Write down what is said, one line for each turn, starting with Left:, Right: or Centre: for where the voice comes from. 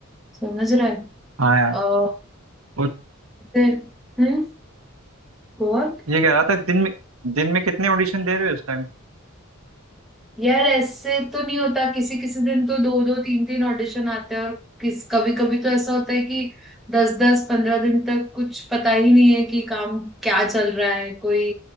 Centre: समझ रहा है
Right: हाँ यार
Centre: अ,
Right: वो
Centre: फिर- हम्म और
Right: ये कह रहा था दिन में दिन में कितने ऑडिशन दे रहे हो इस टाइम
Centre: यार ऐसे तो नहीं होता किसी किसी दिन तो दो दो तीन तीन ऑडिशन आते हैं और किस कभी कभी तो ऐसा होता है कि दस दस पंद्रह दिन तक कुछ पता ही नहीं है कि काम क्या चल रहा है कोई